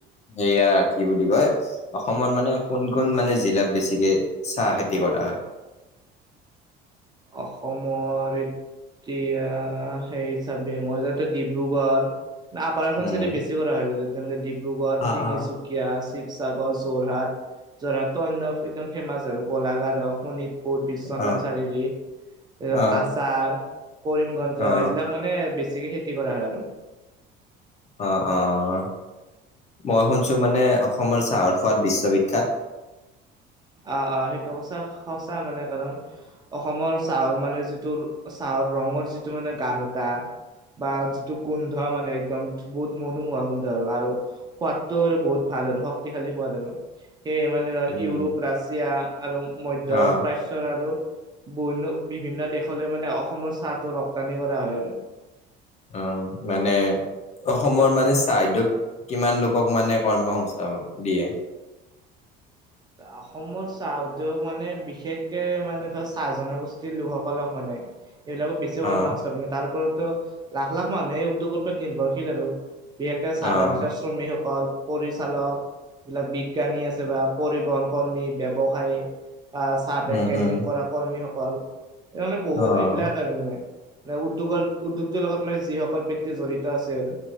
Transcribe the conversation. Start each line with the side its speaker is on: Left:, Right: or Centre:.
Left: সেয়া কি বুলি কয়- অসমত মানে কোন কোন মানে জিলাত বেছিকে চাহ খেতি কৰা হয়।
Right: অসমৰ- এতিয়া সেই হিচাপে মই যাতে ডিব্ৰুগড়- ন আপাৰ আসাম
Left: উম।
Right: চাইডে বেছি কৰা হয় যেনেকে ডিব্ৰুগড়,
Left: অ',
Right: তিনিচুকীয়।
Left: অ'।
Right: এতিয়া শিৱসাগৰ, যোৰহাট যোৰহাট অন্য একদম ফেমাচ আৰু গোলঘাট। আৰু শোণিতপুৰ, বিশ্বনাথ
Left: অ',
Right: চাৰিআলি।
Left: অ',
Right: কাছাৰ কৰিমগঞ্জ
Left: অ',
Right: এইবিলাক মানে বেছিকে খেতি কৰা হয় আৰু।
Left: অঁ অঁ মই শুনিছো মানে অসমৰ চাহৰ সোৱাদ বিশ্ববিখ্যাত।
Right: আহ আহ সেইটো সঁচা সঁচা মানে কাৰণ- অসমৰ চাহৰ মানে যিটো চাহৰ ৰঙৰ যিটো মানে গাঢ়তা। বা যিটো গোন্ধ মানে একদম বহুত মনোমোহ গোন্ধ আৰু আৰু। সোৱাদটো আৰু বহুত ভাল আৰু শক্তিশালী সোৱাদ আৰু। সেয়ে মানে ধৰ
Left: উম,
Right: ইউৰোপ, ৰাছিয়া আৰু মধ্য
Left: অ'।
Right: প্ৰাচ্য- বিশ আৰু বহন্ন বিভিন্ন দেশলৈ মানে অসমৰ চাহটো ৰপ্তানি কৰা হয় আৰু।
Left: অ', মানে অসমৰ মানে চাহ উদ্যোগত কিমান লোকক মানে কৰ্মসস্থাপন দিয়ে?
Right: অসমৰ চাহ উদ্যোগ মানে বিশেষকে মানে ধৰ চাহ জনগোষ্ঠীৰ লোকসকলক মানে সেইবিলাকো বেছি কৰ্ম
Left: অ',
Right: সংস্থাপনে তাৰ ওপৰতো লাখ, লাখ মানুহে উদ্যোগৰ ওপৰত নিভৰ্ৰশীল আৰু। বিশেষকে চাহ
Left: অ',
Right: বাগিচাৰ শ্ৰমিকসকল পৰিচালক যিবিলাক বিজ্ঞানী আছে বা পৰিবহন কৰ্মী ব্যৱসায় বা চাহ পেকেজিং
Left: উম, উম,
Right: কৰা কৰ্মীসকল সেই মানে বহু
Left: অ',
Right: এইবিলাক আৰু মানে উদ্যোগৰ উদ্যোগটোৰ লগত মানে যিসকল ব্যক্তি জড়িত আছে আৰু